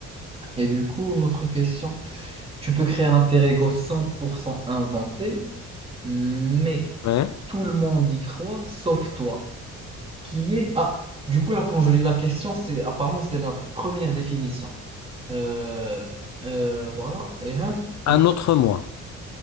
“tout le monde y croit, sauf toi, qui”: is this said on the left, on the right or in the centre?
Right